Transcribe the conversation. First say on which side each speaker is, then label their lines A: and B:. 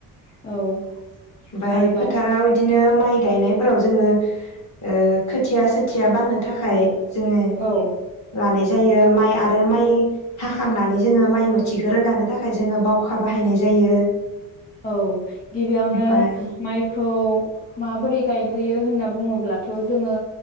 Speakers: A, on the left; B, on the left.
A: औ
B: ओमफाय
A: आरोबाव
B: फोथाराव इदिनो <unintelligible> माइ गायनायफोराव जोङो ओ खोथिया सोथिया बाननो थाखाय जोङो
A: औ
B: लानाय जायो माइ आरो माइ हाखांनानै जोङो माइ मोथिखो रोगानो थाखाय जोङो बावखा बाहायनाय जायो।
A: औ गिबियावनो
B: ओमफाय
A: माइखौ माबोरै गायग्रोयो होनना बुङोब्लाथ' जोङो